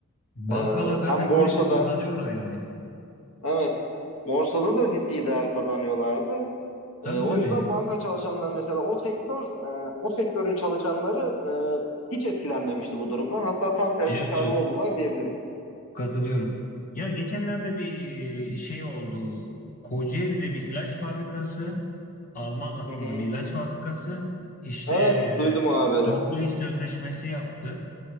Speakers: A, on the left; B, on the left.
A: Bankalar
B: E,
A: zaten
B: hem
A: sürekli
B: borsada
A: kazanıyorlar yani.
B: Evet. Borsada da ciddi değer kazanıyorlardı.
A: Tabii
B: E, o
A: tabii.
B: yüzden banka çalışanları mesela o sektör, e, o sektörün çalışanları e, hiç etkilenmemişti bu durumdan. Hatta tam tersi
A: Evet
B: karlı
A: evet.
B: oldular diyebilirim.
A: Katılıyorum. Ya geçenlerde bir şey oldu. Kocaeli'de bir ilaç fabrikası, Alman asıllı
B: Hı hı.
A: bir ilaç fabrikası işte
B: Evet,
A: e,
B: duydum o haberi.
A: toplu iş sözleşmesi yaptı.